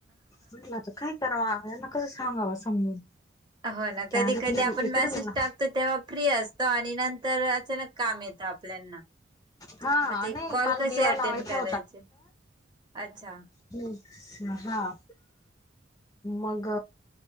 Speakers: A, on the left; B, on the right.
A: म्हंटल आता काय कराव यांना कस सांगाव समजून.
B: हो ना
A: त्या
B: कधी
A: आधी
B: कधी
A: तुम्ही
B: आपण
A: इकडे
B: मॅसेज
A: बोला
B: टाकतो तेव्हा फ्री असतो आणि नंतर अचानक काम येत आपल्यांना.
A: हा
B: मग ते
A: नाही
B: कॉल
A: मला
B: कसे
A: दिवा
B: अटेंड
A: लावायचा
B: करायचे? अच्छा.
A: हम्म हा हा मग